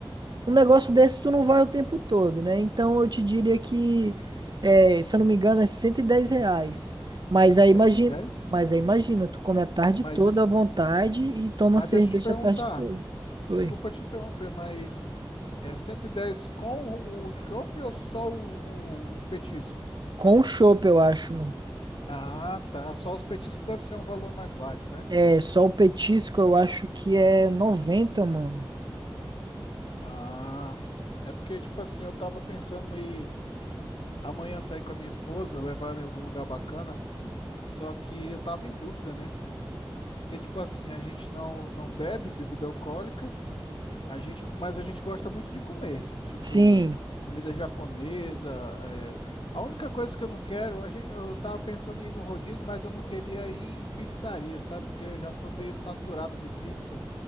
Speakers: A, on the right (about 50°); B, on the left (about 70°).
A: um negócio desse tu não vai o tempo todo, né? Então eu te diria que, é, se eu não me engano, é 110 reais. Mas aí
B: cento
A: imagina,
B: e dez.
A: mas aí imagina, tu come a tarde
B: Mas
A: toda
B: isso.
A: à vontade e toma
B: Mas
A: cerveja
B: deixa eu te perguntar.
A: a tarde toda. Oi.
B: Desculpa te interromper, mas é 110 com o, o chopp ou só o- o- os petiscos?
A: Com o chopp, eu acho, mano.
B: Ah, tá. Só os petiscos deve ser um valor mais baixo, né?
A: É, só o petisco eu acho que é 90 mano.
B: Ah. É porque, tipo assim, eu tava pensando em. amanhã sair com a minha esposa, levar ela em algum lugar bacana. Só que eu tava em dúvida, né? Porque, tipo assim, a gente não, não bebe bebida alcoólica, a gente, mas a gente gosta muito de comer. Tipo,
A: Sim,
B: comida japonesa. é. A única coisa que eu não quero, a gen- eu tava pensando em ir no rodízio, mas eu não queria ir em pizzaria, sabe? Porque eu já tô meio saturado de pizza.